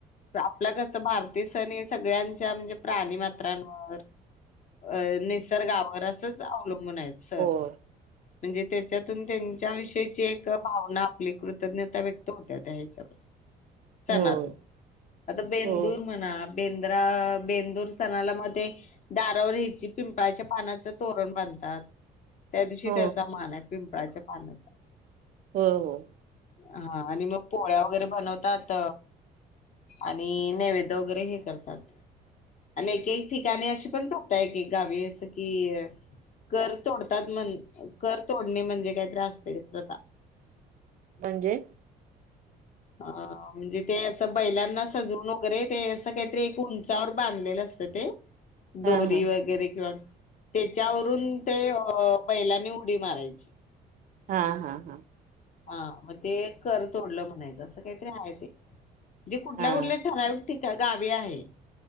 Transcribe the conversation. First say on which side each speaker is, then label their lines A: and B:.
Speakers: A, on the left; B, on the right.
A: आपलं कस भारतीय सण हे सगळ्यांच्या म्हणजे प्राणी मात्रांवर अ निसर्गावर असंच अवल म्हणायच
B: होय
A: म्हणजे त्याच्यातून त्यांच्याविषयीची जे भावना आपली कृतज्ञता व्यक्त होत्या त्या ह्याच्या सणातून
B: होय
A: आता बेंदूर
B: हो
A: म्हणा बेंद्रा बेंदूर सणाला म ते दारावर ह्याची पिंपळाच्या पानाच तोरण बांधतात. त्या दिवशी
B: हो
A: त्याचा मानाय पिंपळाच्या पानाचा
B: होय हो
A: हा आणि मग पोळ्या वगैरे बनवतात आणि नैवेद्य वगैरे हे करतात आणि एक एक ठिकाणी अशी पण प्रथा आहे की गावी असं कि कर तोडतात म्हण कर तोडणे म्हणजे काहीतरी आसतय प्रथा
B: म्हणजे?
A: अ म्हणजे ते असं बैलांना सजवून वगैरे ते असं काहीतरी एक उंचावर बांधलेलं असतं ते
B: हा
A: दोरी
B: हा
A: वगैरे किंवा तेच्यावरून ते अ बैलांनी उडी मारायची.
B: हा, हा, हा
A: हा मग ते कर तोडलं म्हणायचं असं काहीतरी आहे ते म्हणजे कुठल्या
B: हा
A: कुठल्या ठराविक ठीक आहे गावी आहे.